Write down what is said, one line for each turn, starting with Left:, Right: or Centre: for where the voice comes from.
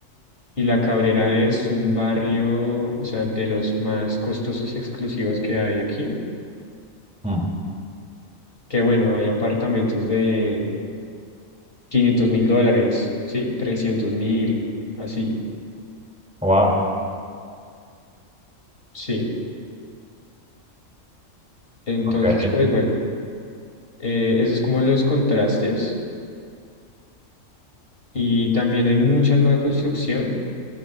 Left: Y La Cabrera es un barrio, o sea, de los más costosos y exclusivos que hay aquí.
Centre: Mm,
Left: Que bueno, hay apartamentos de quinientos mil dólares, ¿sí? trescientos mil, así,
Centre: wow,
Left: sí. Entonces,
Centre: ok,
Left: pues bueno, eh, eso es como los contrastes y también hay mucha nueva construcción.